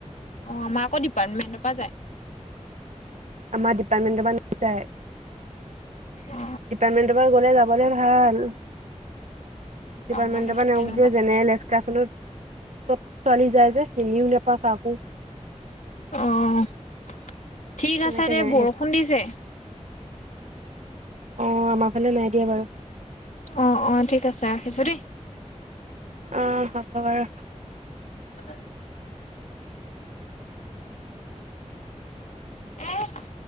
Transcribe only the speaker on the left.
অহ ', আমাৰ আকৌ ডিপাৰ্টমেণ্টৰ পৰা যায়।
অ
আমাৰ
ভাগ তেনেকুৱা
অহ ', ঠিক
আছে দে
বৰষুণ দিছে।
অ-অ ঠিক আছে ৰাখিছোঁ দেই।
<inaudible> আহ <unintelligible>